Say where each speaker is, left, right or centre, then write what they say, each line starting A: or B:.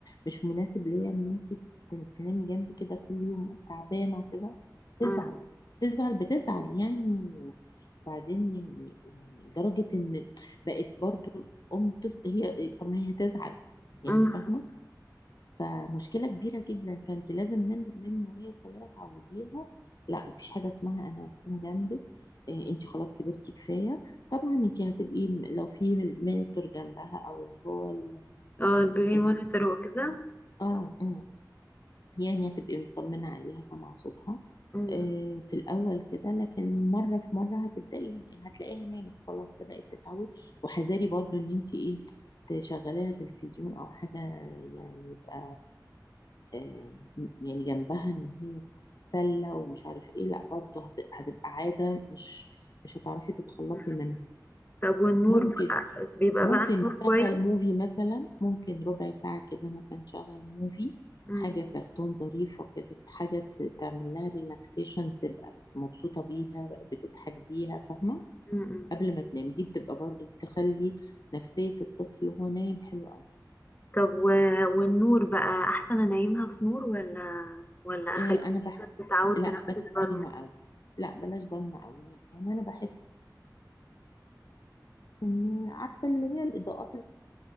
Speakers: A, on the left; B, on the left.
A: مش مناسب ليا ان انت ت- تنامي جنبي كده كل يوم تعبانه وكده تزعل
B: أم،
A: تزعل بتزعل يعني وبعدين يعني يعني لدرجه ان بقت برضو الام تس... هي طب ما هي تزعل يعني
B: أم.
A: فاهمه فمشكلة كبيرة جدا فانت لازم من من وهي صغيرة تعوديها لا مفيش حاجة اسمها انا جنبك إيه، انت خلاص كبرتي كفاية طبعا انت هتبقي م- لو في مينتور جنبها او اللي هو ال...
B: اه البيبي
A: ال...
B: مونيتور وكده
A: اه أمم. يعني هتبقي مطمنة عليها سامعة صوتها
B: أم،
A: إيه،
B: أم،
A: في الأول كده لكن مرة في مرة هتبدأي هتلاقيها نامت خلاص بدأت تتعود وحذاري برضو إن أنت إيه تشغليها تلفزيون أو حاجة يعني يبقى آه، يعني جنبها ان هي تتسلى ومش عارف ايه لا برضه هت- هتبقى عادة مش مش هتعرفي تتخلصي
B: أم.
A: منها
B: طب والنور
A: ممكن
B: بقى بيبقى
A: ممكن
B: بقى النور
A: نشغل
B: كويس
A: موفي مثلا ممكن ربع ساعة كده مثلا نشغل موفي
B: أم،
A: حاجة كرتون ظريفة كده حاجة ت- تعمل لها ريلاكسيشن تبقى مبسوطة بيها بتضحك بيها فاهمة
B: أم، أم.
A: قبل ما تنام دي بتبقى برضه بتخلي نفسية الطفل وهو نايم حلوة قوي
B: طب و... والنور بقى احسن انيمها في نور ولا ولا اخليها
A: آه، انا
B: تتعود
A: لا
B: تنام
A: بلاش
B: في الضلمه
A: ضلمة قوي لا بلاش ضلمة قوي يعني انا بحس ان عارفة اللي هي الاضاءات